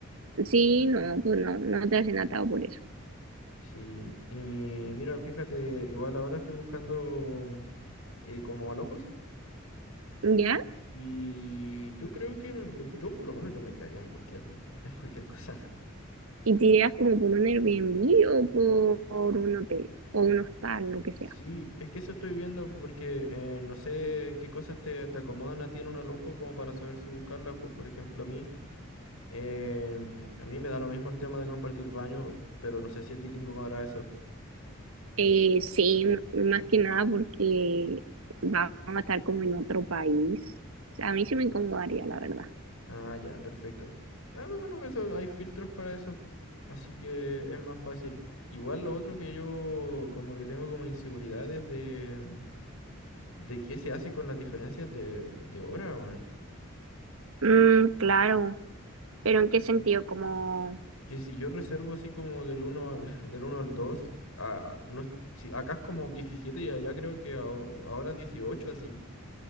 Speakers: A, on the right; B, on the left.
A: Sí, no, pues no, no te hacen atado por eso.
B: Sí. Y mira, fíjate, igual ahora estoy buscando eh, como alojos.
A: ¿Ya?
B: Y yo creo que me- yo, yo por lo menos yo me quedaría en cualquier, <laughs> en cualquier cosa.
A: Y te irás como por un Airbnb o por, por un hotel o un hostal, lo que
B: Sí,
A: sea.
B: es que eso estoy viendo porque eh, no sé qué cosas te, te acomodan a ti en un alojo como para saber si buscarlas. Pues, por ejemplo, a mí. Em, a mí me da lo mismo el tema de compartir baño, pero no sé si a ti te incomodará eso.
A: Eh, sí, m- más que nada porque vamos a estar como en otro país. O sea, a mí sí me incomodaría, la verdad.
B: Ah, ya, perfecto. Ah, pero bueno, pues eso, hay filtros para eso, así que es más fácil. Igual lo otro que yo como que tengo como inseguridades de, de qué se hace con las diferencias de, de hora, weón.
A: Mm, claro, pero ¿en qué sentido? Como,
B: Que si yo reservo así como del uno al, <laughs> del uno al 2, a- no, es- si, acá es como 17 y allá creo que a- ahora 18 así.